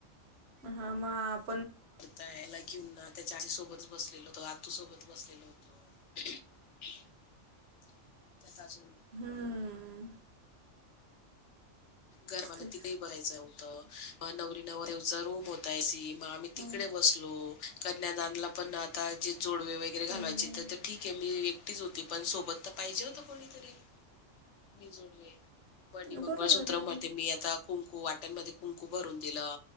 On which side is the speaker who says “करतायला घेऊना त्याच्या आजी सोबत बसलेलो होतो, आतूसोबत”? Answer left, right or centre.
Left